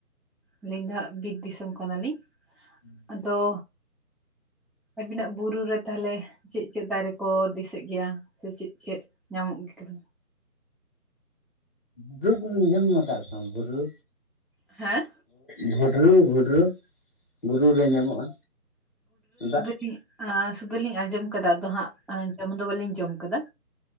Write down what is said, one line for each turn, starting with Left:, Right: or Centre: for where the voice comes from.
Centre: ᱟᱹᱞᱤᱧ ᱫᱚ ᱦᱟᱜ ᱵᱤᱨ ᱫᱤᱥᱚᱢ ᱠᱟᱱᱟᱞᱤᱧ
Left: ᱦᱩᱸ
Centre: ᱟᱫᱚ ᱟᱵᱤᱱᱟᱜ ᱵᱩᱨᱩ ᱨᱮ ᱛᱟᱦᱚᱞᱮ ᱪᱮᱫ ᱪᱮᱫ ᱫᱟᱨᱮ ᱠᱚ ᱫᱤᱥᱟᱹᱜ ᱜᱮᱭᱟ ᱥᱮ ᱪᱮᱫ ᱪᱮᱫ ᱧᱟᱢᱚᱜ ᱜᱮ ᱠᱟᱛᱷᱟ ᱫᱚ?
Left: ᱵᱩᱨᱩ ᱠᱩᱵᱤᱱ ᱡᱚᱢ ᱧᱩ ᱠᱟᱜ-ᱟ ᱛᱚ ᱵᱷᱩᱰᱨᱩ᱾
Centre: ᱦᱮᱸ᱾
Left: ᱵᱷᱩᱰᱨᱩ ᱵᱷᱩᱰᱨᱩ ᱵᱩᱨᱩ ᱨᱮ ᱧᱟᱢᱚᱜ-ᱟ ᱫᱟᱜ᱾
Centre: ᱠᱤ ᱟ ᱥᱩᱫᱩ ᱞᱤᱧ ᱟᱸᱡᱚᱢ ᱠᱟᱫᱟ ᱟᱫᱚ ᱦᱟᱸᱜ ᱡᱚᱢ ᱫᱚ ᱵᱟᱹᱞᱤᱧ ᱡᱚᱢ ᱠᱟᱫᱟ᱾